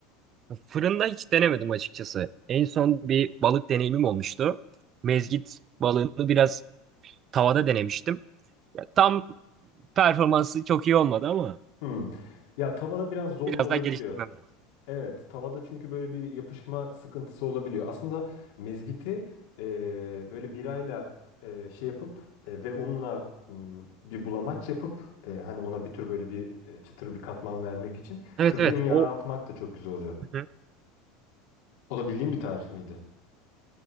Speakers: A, on the right (about 40°); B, on the left (about 70°).
A: Fırında hiç denemedim açıkçası. En son bir balık deneyimim olmuştu. Mezgit balığını biraz tavada denemiştim. Ya, tam performansı çok iyi olmadı ama
B: Hmm. Ya tavada biraz zorlu
A: biraz
B: olabiliyor.
A: daha geliştirmem lazım.
B: Evet, tavada çünkü böyle bir yapışma sıkıntısı olabiliyor. Aslında mezgiti e, böyle birayla e, şey yapıp e, ve unla m, bir bulamaç yapıp e, hani ona bir tür böyle bir e, çıtır bir katman vermek için
A: Evet
B: kırgın
A: evet.
B: yağ
A: O
B: atmak da çok güzel oluyor.
A: Hı hı.
B: O da bildiğin bir tarif miydi?